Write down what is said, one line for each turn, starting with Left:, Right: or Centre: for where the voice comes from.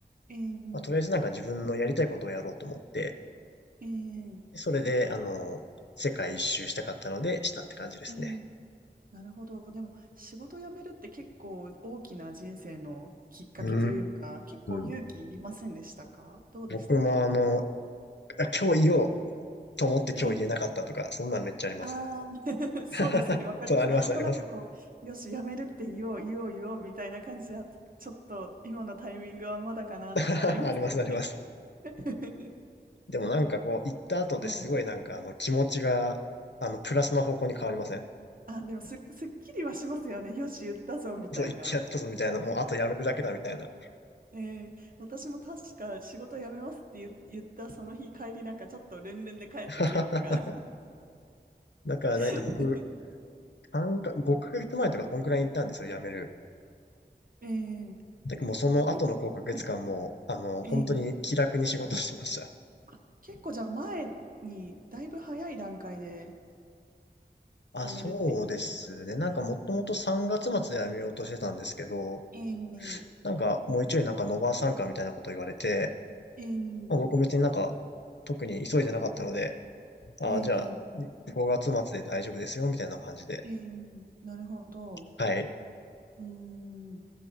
Right: えー、
Left: まあ、とりあえずなんか自分のやりたいことをやろうと思って、
Right: えー、
Left: それで、あの、世界一周したかったので、したって感じですね。
Right: えー、なるほど。でも、仕事辞めるって結構大きな人生のきっかけというか、
Left: うー
Right: 結構勇気いりませんでしたかどうでしたか
Left: ん。僕もあの、あ今日言おうと思って今日言えなかったとか、
Right: ええ
Left: そんなんめっちゃあります。
Right: ああ <laughs> そうですね。
Left: <laughs>
Right: わかります。
Left: そう、あります、
Right: なんとなくこう、
Left: あります。
Right: よし、辞めるって言おう、言おう、言おう、みたいな感じは、ちょっと今のタイミングはまだかなとかありますよね。
Left: <laughs> あります、あります。
Right: <laughs>
Left: でもなんかこう、行った後ですごいなんかあの、
Right: はい。
Left: 気持ちが、あの、プラスの方向に変わりません
Right: あ、でもす、すっきりはしますよね。よし、言ったぞ、みたいな。
Left: そう、行ってやったぞみたいな、もうあとやめるだけだみたいな。
Right: ええ、私も確か仕事辞めますって言言ったその日帰りなんかちょっとルンルンで帰った記憶が。
Left: <laughs> だからだいたい僕、
Right: <laughs>
Left: 3か、5ヶ月前とかそんくらいに行ったんですよ、やめる。
Right: ええ、
Left: だもうその後の5ヶ月間も、
Right: はい、はい、
Left: あの、
Right: ええ
Left: 本当に気楽に仕事してました。
Right: あ、結構じゃあ前にだいぶ早い段階で
Left: <laughs> あ、
Right: 辞めるって言われたんです。
Left: そうですね。なんかもともと3月末で辞めようとしてたんですけど、
Right: ええ
Left: なんかもう一応なんかノバー参加みたいなこと言われて、
Right: えええ
Left: まあ、僕別になんか特に急いでなかったので、あ、
Right: え
Left: じゃあ5月末で大丈夫ですよみたいな感じで。
Right: ええなるほど。
Left: はい。
Right: うーん。